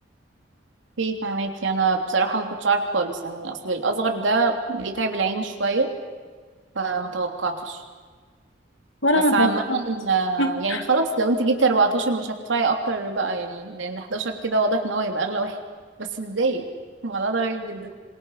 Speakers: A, on the right; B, on the left.
A: في فهماكي انا بصراحة ما كنتش عارف خالص يعني اصل الاصغر ده بيتعب العين شوية فمتوقعتش
B: ولا
A: بس
B: أنا
A: عامة
B: توقعت
A: آه،
B: <laughs>
A: يعني خلاص لو انت جبتي 14 مش هتدفعي اكتر بقى يعني لان 11 كده واضح ان هو يبقى اغلى واحد بس ازاي الموضوع ده غريب جدا